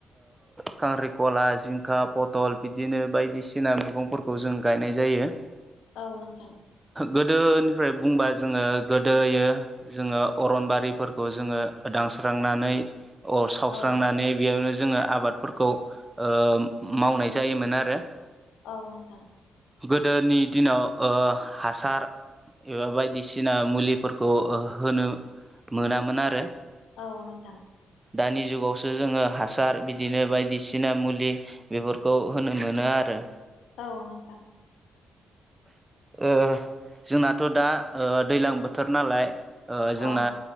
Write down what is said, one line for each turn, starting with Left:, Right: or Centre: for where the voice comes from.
Right: खांख्रिखला, जिंखा, पटल बिदिनो बायदिसिना मैगंफोर खौ जों गायनाय जायो।
Left: औ नोंथां।
Right: गोदोनिफ्राय बुंबा जोङो गोदोयो जोङो अरनबारिफोरखौ जोङो दानस्रांनानै अ सावस्रांनानै
Left: औ
Right: बेयावनो जोङो आबादफोरखौ ओ मावनाय जायोमोन आरो।
Left: औ नोंथां।
Right: गोदोनि दिनाव ओ हासार एबा बायदिसि दिना मुलिफोरखौ ओ होनो मोनामोन आरो।
Left: औ नोंथां।
Right: दानि जुगावसो जोङो हासार बिदिनो बायदिसिना मुलि बेफोरखौ होनो मोनो आरो।
Left: औ नोंथां।
Right: ओ जोंनाथ दा ओ दैलां बोथोर नालाय ओ जोंना
Left: औ